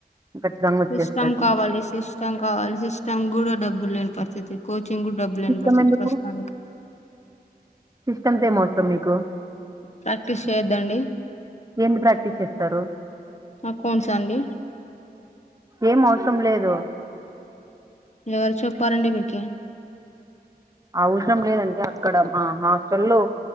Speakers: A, on the right; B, on the left.
A: ఖచ్చితంగా వచ్చేస్తది
B: సిస్టమ్ కావాలి సిస్టమ్ కావాలి సిస్టమ్ కూడా డబ్బులు లేని పరిస్థితి కోచింగ్ కోచింగ్‌కి డబ్బులు లేని
A: సిస్టమ్
B: పరిస్థితి
A: ఎందుకు
B: ప్రస్తుతానికి.
A: సిస్టమ్‌తో ఏం అవసరం మీకు
B: ప్రాక్టీస్ చేయొద్దండి
A: ఏంది ప్రాక్టీస్ చేస్తారు?
B: అకౌంట్స్ అండి
A: ఏం అవసరం లేదు
B: ఎవరు చెప్పారండి మీకు
A: అవసరం లేదండి అక్కడ మా హాస్టల్ లో